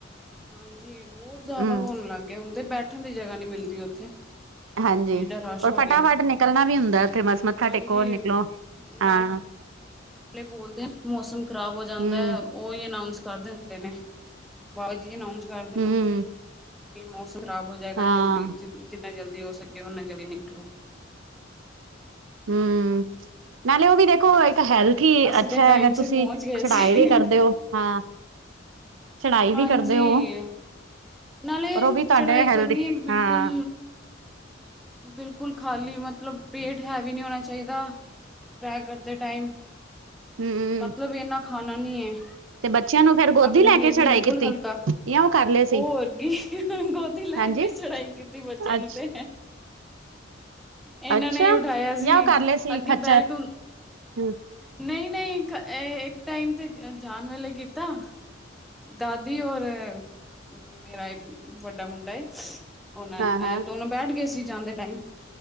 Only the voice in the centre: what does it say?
ਹਾਂਜੀ, ਬੋਤ ਜ਼ਿਆਦਾ
ਹੋਣ ਲੱਗ ਗਿਆ ਹੁਣ ਤੇ ਬੈਠਣ ਦੀ ਜਗ੍ਹਾ ਨੀ ਮਿਲਦੀ ਉੱਥੇ।
ਏਡਾ ਰਸ਼
ਹੋ
ਗਿਆ
ਹਾਂਜੀ
ਨਾਲੇ
ਬੋਲਦੇ, ਮੌਸਮ ਖ਼ਰਾਬ ਹੋ ਜਾਂਦਾ
ਐ ਉਹੀ ਅਨਾਊਂਸ ਕਰ ਦਿੰਦੇ ਨੇ। ਬਾਬਾ ਜੀ ਅਨਾਊਂਸ ਕਰਦੇ
ਨੇ ਉੱਥੇ ਕਿ ਮੌਸਮ ਖਰਾਬ ਹੋ ਜਾਏਗਾ?
ਜਲਦੀ ਜ ਜਿੰਨਾ ਜਲਦੀ ਹੋ ਸਕੇ ਓਨਾ ਜਲਦੀ ਨਿਕਲੋ।
ਅਸੀਂ
ਤਾਂ ਟਾਈਮ
ਸਿਰ
ਪਹੁੰਚ ਗਏ
ਸੀ
ਹਾਂਜੀ,
ਨਾਲੇ
ਚੜਾਈ ਕਰਨੀ
ਹੈ ਬਿਲਕੁਲ।
ਬਿਲਕੁਲ, ਖਾਲੀ ਮਤਲਬ ਪੇਟ ਹੈਵੀ ਨੀ ਹੋਣਾ ਚਾਈਦਾ। ਟਰੇ ਕਰਦੇ ਟਾਈਮ,
ਮਤਲਬ ਇਨਾ ਖਾਣਾ ਨੀ ਹੈ।
ਆਪਣੇ
ਪੇਟ
ਨੂੰ
ਬਿਲਕੁਲ
ਹਲਕਾ,
ਹੋਰ ਗੀ ਗੋਦੀ ਲੈ
ਕੇ ਚੜਾਈ ਕੀਤੀ ਬੱਚਿਆਂ
ਨੂੰ ਤੇ। ਇਹਨਾਂ
ਨੇ ਈ ਉਠਾਇਆ ਸੀ
ਅੱਗੇ
ਬੈਲਟ
ਨਹੀਂ, ਨਹੀਂ ਇੱਕ ਟਾਈਮ ਤੇ ਜਾਣ ਵੇਲੇ ਕੀਤਾ। ਦਾਦੀ ਔਰ ਮੇਰਾ ਇੱਕ ਵੱਡਾ ਮੁੰਡਾ ਏ। ਹੁਣ, ਐ
ਦੋਨੋਂ ਬੈਠ ਗਏ ਸੀ ਜਾਂਦੇ ਟਾਇਮ